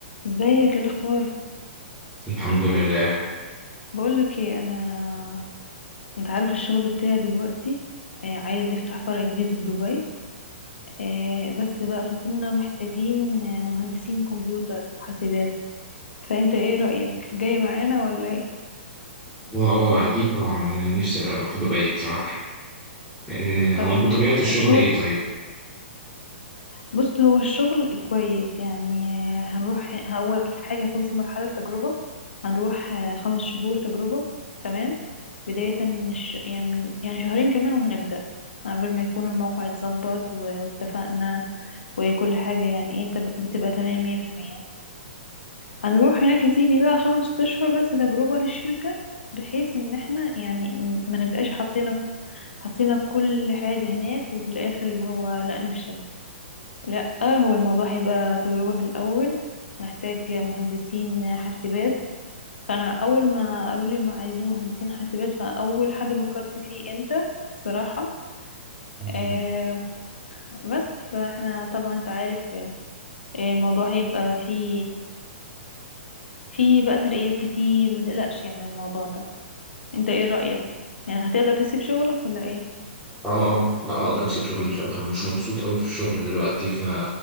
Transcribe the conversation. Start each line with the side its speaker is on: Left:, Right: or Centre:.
Left: ازيك ايه الاخبار
Centre: الحمد لله
Left: بقولك ايه انا انت عارف الشغل بتاعي دلوقتي آه، عايز يفتح فرع جديد في دبي آه، بس بقى فكنا محتاجين آه، مهندسين كمبيوتر وحاسبات فانت ايه رأيك جاي معانا ولا ايه
Centre: اه آه، اكيد طبعا انا نفسي اروح دبي بصراحه إيه،
Left: طب
Centre: هو انت بطبيعه الشغل
Left: طب شغل
Centre: ايه طيب
Left: بص هو الشغل كويس يعني هنروح أول حاجة هيكون في مرحلة تجربة هنروح آه، خمس شهور تجربة تمام بداية من الش... يعني من- يعني شهرين كمان وهنبدأ قبل ما يكون الموقع اتظبط و- واتفقنا وكل حاجة يعني ايه تب- بتبقى تمام مية في المية هنروح هناك يا سيدي بقى خمس أشهر بس تجربة للشركة بحيث ان احنا يعني م- ما نبقاش حطينا حطينا كل حاجة هناك وفي الآخر اللي هو لا نفشل لا هو الموضوع هيبقى تجربة في الأول هنحتاج مهندسين حاسبات فأنا أول ما قالوا لي ما عايزين مهندسين حاسبات فأول حد فكرت فيه أنت بصراحة
Centre: مم.
Left: آه بس فاحنا طبعا انت عارف آه، الموضوع هيبقى فيه فيه بقى ترقيات كتير ما تقلقش يعني الموضوع ده انت ايه رأيك يعني هتقدر تسيب شغلك ولا ايه
Centre: اه اه لا اقدر اسيب شغلي بصراحه انا مش مبسوط قوي في الشغل دلوقتي ف